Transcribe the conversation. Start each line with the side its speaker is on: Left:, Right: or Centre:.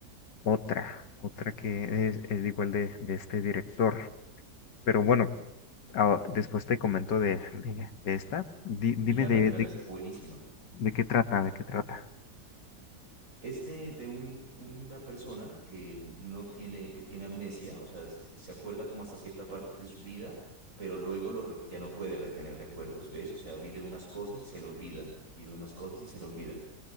Left: otra, otra que es, es igual de, de este director. Pero bueno, ah, después te comento de, de- de esta. Di- dime
Right: Mírala,
Left: de,
Right: mírala,
Left: de,
Right: es buenísima.
Left: de qué trata, de qué trata.
Right: Es de, de un- una persona que no tiene, que tiene amnesia, o sea, se se acuerda como hasta cierta parte de su vida, pero luego lo re- ya no puede retener recuerdos, ¿ves? O sea, vive unas cosas y se le olvidan, vive unas cosas y se le olvidan.